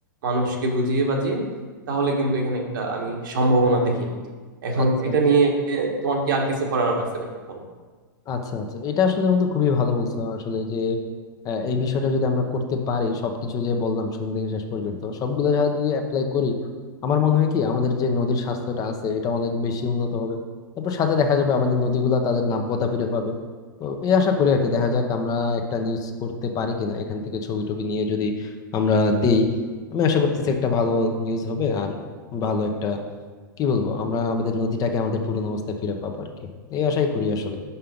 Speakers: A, on the right; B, on the left.
A: মানুষকে বুঝিয়ে বাজিয়ে তাহলে কিন্তু এখানে একটা আমি সম্ভাবনা দেখি এখন
B: আচ্ছা
A: এটা
B: আচ্ছা
A: নিয়ে তোমার কি আর কিছু করার আছে নাকি বলো
B: আচ্ছা আচ্ছা এটা আসলে বন্ধু খুবই ভালো বলছো আসলে যে আহ, এই বিষয়টা যদি আমরা করতে পারি সবকিছু যে বললাম শুরু থেকে শেষ পর্যন্ত সবগুলো যদি অ্যাপ্লাই করি আমার মনে হয় কি আমাদের যে নদীর স্বাস্থ্যটা আছে এটা অনেক বেশি উন্নত হবে তারপর সাথে দেখা যাবে আমাদের নদীগুলা তাদের নাব্যতা ফিরে পাবে তো এই আশা করি আর কি দেখা যাক আমরা একটা নিউজ করতে পারি কিনা এখান থেকে ছবি টবি নিয়ে যদি আমরা দেই আমি আশা করতেছি একটা ভালো নিউজ হবে আর ভালো একটা কি বলবো আমরা আমাদের নদীটাকে আমাদের পুরনো অবস্থায় ফিরে পাবো আর কি এই আশাই করি আসলে